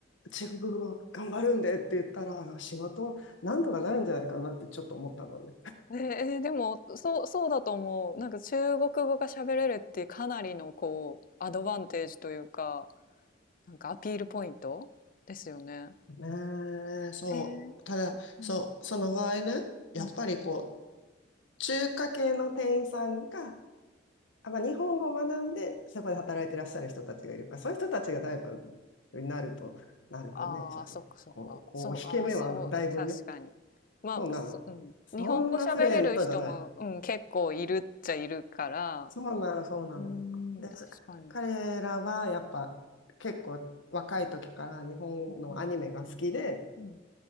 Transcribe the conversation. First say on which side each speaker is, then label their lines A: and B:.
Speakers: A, on the left; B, on the left.
A: 中国語頑張るんでって言ったら、あの、仕事なんとかなるんじゃないかなってちょっと思ったのね。
B: えーえ、でも、そう、そうだと思う。なんか中国語が喋れるってかなりのこう、アドバンテージというか、なんかアピールポイントですよね。
A: <laughs> ねえ、そう。
B: えー、
A: ただ、
B: うん、
A: そう、その場合ね、やっぱりこう、
B: うん。
A: 中華系の店員さんがあ、まあ、日本語を学んで、そこで働いていらっしゃる人たちがいるから、そういう人たちがライバルになると、なるとね、
B: ああ、
A: ちょっと、
B: そっかそっか。
A: こう、こう、
B: そう、
A: 引け目はだいぶね、
B: ああ、そう、うん、確かに。まあ、
A: そうなの。
B: そ、うん。
A: そんなフルエントじゃない。
B: 日本語喋れる人も、うん、結構いるっちゃいるから、
A: そうなの、そうなの。
B: うん、
A: で、
B: 確かに。
A: 彼らはやっぱ結構若い時から日本のアニメが好きで、
B: うんうん、うん。